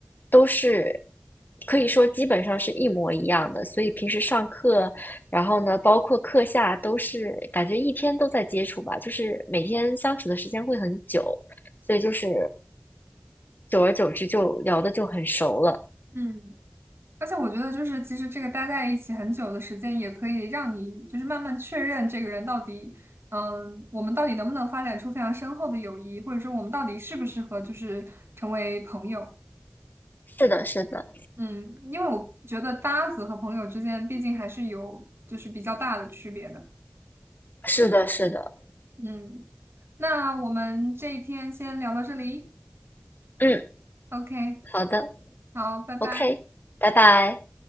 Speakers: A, on the left (about 45°); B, on the right (about 70°).
A: 都是可以说基本上是一模一样的，所以平时上课，然后呢，包括课下都是感觉一天都在接触吧，就是每天相处的时间会很久，所以就是久而久之就聊的就很熟了。
B: 嗯。而且我觉得，就是其实这个待在一起很久的时间，也可以让你就是慢慢确认这个人到底，嗯，我们到底能不能发展出非常深厚的友谊，或者说我们到底适不适合就是成为朋友。
A: 是的，是的，
B: 嗯，因为我觉得搭子和朋友之间毕竟还是有就是比较大的区别的。
A: 是的，是的，
B: 嗯，那我们这一天先聊到这里
A: 嗯，
B: ，OK，
A: 好的
B: 好，拜拜。
A: ，OK，拜拜。